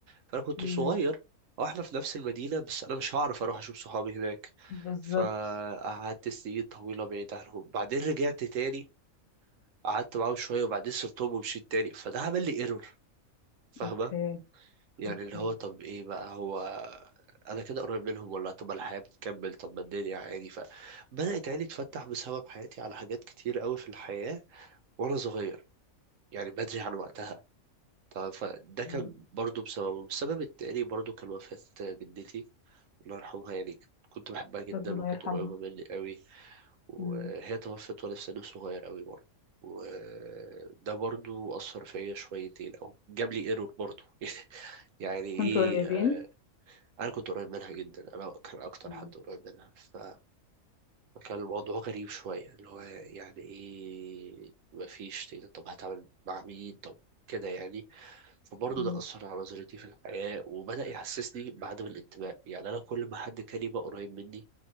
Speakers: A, on the right (about 70°); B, on the left (about 75°).
A: فأنا كنت
B: امم
A: صغير أو إحنا في نفس المدينة بس أنا مش هعرف أروح أشوف صحابي هناك
B: بالظبط
A: فقعدت سنين طويلة بعيد عنهم بعدين رجعت تاني قعدت معاهم شوية وبعدين سبتهم ومشيت تاني فده عمل لي ايرور فاهمة
B: اوكي
A: يعني
B: اوكي
A: اللي هو طب إيه بقى هو أنا كده قريب منهم ولا طب ما الحياة بتكمل طب ما الدنيا عادي ف بدأت عيني تفتح بسبب حياتي على حاجات كتير قوي في الحياة وانا صغير يعني بدري عن وقتها طب فده كان
B: امم
A: برضو بسببه السبب التاني برضو كان وفاة جدتي الله يرحمها يعني كنت بحبها جدا
B: ربنا
A: وكانت
B: يرحمها
A: قريبة مني قوي وهي
B: امم
A: توفت وانا في سن صغير قوي برضو وده برضو أثر فيا شويتين أو جاب لي ايرور برضو <laughs> يعني ايه
B: كنتوا قريبين
A: آه، أنا كنت قريب منها جدا أنا كان أكتر
B: امم
A: حد قريب منها ف كان الموضوع غريب شوية اللي هو يعني ايه مفيش تقدر طب هتعمل مع مين طب كده يعني فبرضه
B: امم
A: ده أثر على نظرتي في الحياة وبدأ يحسسني بعدم الانتماء يعني أنا كل ما حد كان يبقى قريب مني